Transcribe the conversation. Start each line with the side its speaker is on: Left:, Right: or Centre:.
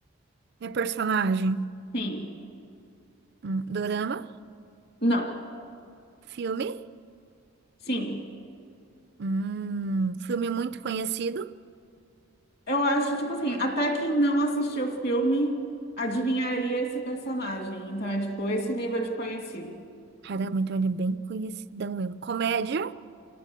Right: É personagem.
Left: sim,
Right: Hum, dorama?
Left: não,
Right: Filme?
Left: sim.
Right: Hum, filme muito conhecido.
Left: Eu acho, tipo assim, até quem não assistiu o filme adivinharia esse personagem. Então é tipo esse nível de conhecido.
Right: Caramba, então ele é bem conhecidão mesmo. Comédia?